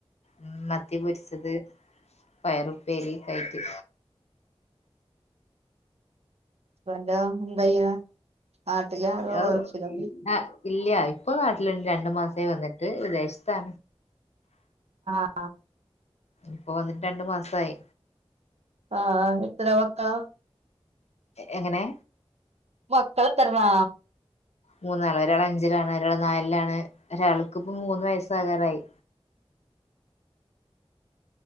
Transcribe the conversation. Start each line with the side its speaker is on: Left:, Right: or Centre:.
Left: ഉം മത്തി പൊരിച്ചത് പയറുപ്പേരി കയിറ്റ്
Right: ഹസ്ബൻഡോ എന്താചെയ്യണെ? നാട്ടിലോ അതോ
Left: അത്
Right: ഗൾഫിലോ?
Left: ആ ഇല്ല ഇപ്പൊ നാട്ടില്ണ്ട് രണ്ടു മാസായ് വന്നിട്ട് വിദേശത്താ
Right: ആ
Left: ഇപ്പൊ വന്നിട്ട് രണ്ടു മാസായി
Right: ആ എത്ര മക്കളാ
Left: എങ്ങനെ
Right: മക്കൾ എത്രണ്ണാ?
Left: മൂന്നാള് ഒരാള് അഞ്ചിലാണ് ഒരാള് നാലിലാണ് ഒരാൾക്കിപ്പോ പ്പ മൂന്ന് വയസ്സാകാറായി